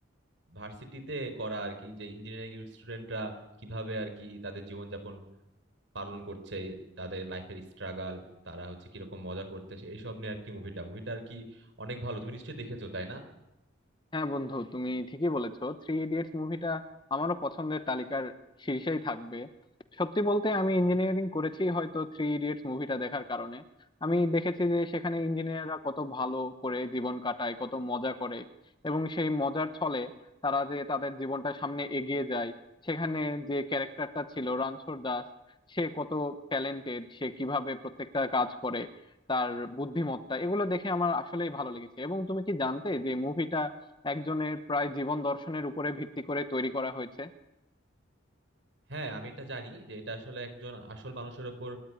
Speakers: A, on the right; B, on the left.
A: ভার্সিটিতে করা আর কি যে ইঞ্জিনিয়ারিং স্টুডেন্টরা কিভাবে আর কি তাদের জীবনযাপন পালন করছে তাদের লাইফের স্ট্রাগল তারা হচ্ছে কিরকম মজা করতেছে এইসব নিয়ে আর কি মুভিটা মুভিটা আর কি অনেক ভালো তুমি নিশ্চয়ই দেখেছো তাই না
B: হ্যাঁ বন্ধু তুমি ঠিকই বলেছো থ্রি ইডিয়টস মুভিটা আমারও পছন্দের তালিকার শীর্ষেই থাকবে সত্যি বলতে আমি ইঞ্জিনিয়ারিং করেছি হয়তো থ্রি ইডিয়টস মুভিটা দেখার কারণে আমি দেখেছি যে সেখানে ইঞ্জিনিয়াররা কত ভালো করে জীবন কাটায় কত মজা করে এবং সেই মজার ছলে তারা যে তাদের জীবনটা সামনে এগিয়ে যায় সেখানে যে ক্যারেক্টারটা ছিল রানছোড় দাস সে কত ট্যালেন্টেড সে কিভাবে প্রত্যেকটা কাজ করে তার বুদ্ধিমত্তা এগুলো দেখে আমার আসলেই ভালো লেগেছে এবং তুমি কি জানতে যে মুভিটা একজনের প্রায় জীবন দর্শনের উপরে ভিত্তি করে তৈরি করা হয়েছে
A: হ্যাঁ আমি এটা জানি যে এটা আসলে একজন আসল মানুষের ওপর